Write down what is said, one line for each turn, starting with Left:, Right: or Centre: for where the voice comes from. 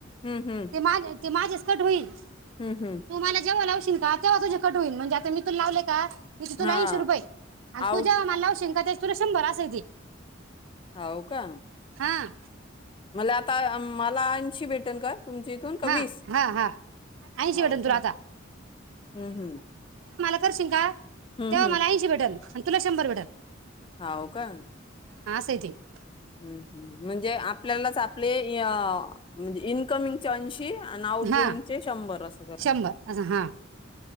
Left: हं, हं,
Right: ते माजे ते माझेच कट होईल‌
Left: हं, हं.
Right: तू मला जेव्हा लावशील का तेव्हा तुझे कट होईल म्हणजे आता मी तुला लावले का तिथ तूला
Left: हां,
Right: ऐशी रुपई आणि
Left: आउट
Right: तू जेव्हा मला लावशील का त्या तुला शंभर अस आहे ते.
Left: होव का?
Right: हां
Left: मला अ मला ऐंशी भेटेन का? तुमच्या इथून का
Right: हा
Left: वीस?
Right: हा हा ऐंशी
Left: हो
Right: भेटल तुला
Left: का?
Right: आता
Left: हं हं
Right: करशीन का?
Left: हं,
Right: तेव्हा मला ऐंशी भेटल. तुला शंभर
Left: हाव का
Right: <unintelligible>
Left: हम् हम् म्हणजे आपल्यालाच आपले यआ इनकमिंगचे ऐंशी आणि आउट
Right: हा
Left: गोईंगचे शंभर अस करून
Right: शंभर असं हा